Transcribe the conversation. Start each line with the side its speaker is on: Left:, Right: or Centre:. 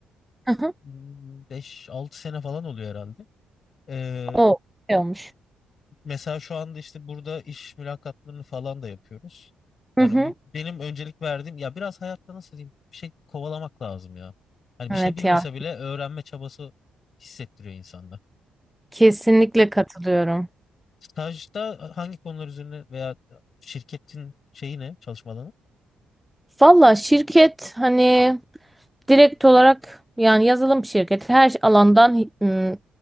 Centre: Hı hı.
Left: hmm, beş altı sene falan oluyor herhalde. Ee,
Centre: O şey olmuş.
Left: mesela şu anda işte burada iş mülakatlarını falan da yapıyoruz.
Centre: Hı
Left: Yani
Centre: hı.
Left: bi- benim öncelik verdiğim ya biraz hayatta nasıl diyeyim bir şey kovalamak lazım ya. Hani bir
Centre: Evet
Left: şey bilmese
Centre: ya.
Left: bile öğrenme çabası hissettiriyor insanda.
Centre: Kesinlikle katılıyorum.
Left: Stajda hangi konular üzerine veya şirketin şeyi ne çalışma alanı?
Centre: Valla şirket hani Direkt olarak yani yazılım şirketi her alandan ım,